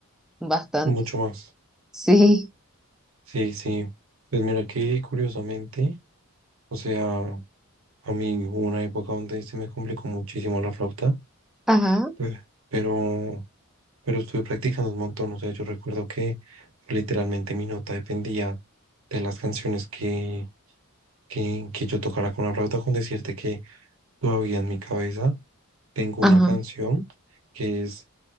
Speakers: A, in the centre; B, on the right (about 60°).
A: bastante.
B: mucho más.
A: Sí,
B: Sí, sí. Pues mira que curiosamente, o sea, a mí hubo una época donde se me complicó muchísimo la flauta,
A: ajá,
B: pe- pero, pero estuve practicando un montón. O sea, yo recuerdo que literalmente mi nota dependía de las canciones que, que, que yo tocara con la flauta, con decirte que todavía en mi cabeza tengo
A: ajá.
B: una canción que es...